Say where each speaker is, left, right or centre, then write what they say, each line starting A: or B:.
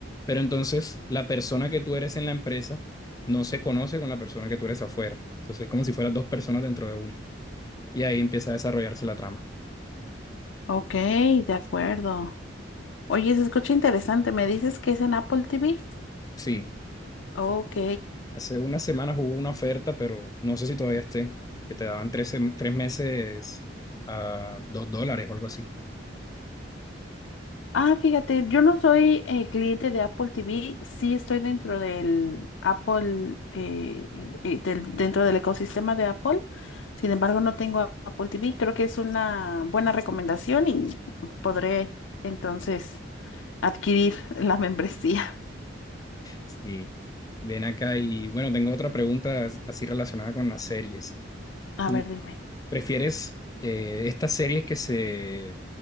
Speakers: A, on the left; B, on the left.
A: Pero entonces la persona que tú eres en la empresa no se conoce con la persona que tú eres afuera. Entonces es como si fueras dos personas dentro de una. Y ahí empieza a desarrollarse la trama.
B: Ok, de acuerdo. Oye, se escucha interesante. ¿Me dices que es en Apple TV?
A: Sí,
B: Ok.
A: Hace una semana hubo una oferta, pero no sé si todavía esté, que te daban tres, sem- tres meses a dos dólares o algo así.
B: Ah, fíjate, yo no soy eh, cliente de Apple TV, sí estoy dentro del Apple, eh, eh, del- dentro del ecosistema de Apple. Sin embargo, no tengo a- Apple TV. Creo que es una buena recomendación y podré entonces adquirir <laughs> la membresía.
A: Sí. Ven acá y bueno, tengo otra pregunta as- así relacionada con las series. ¿Tú
B: A ver, dime.
A: prefieres eh, estas series que se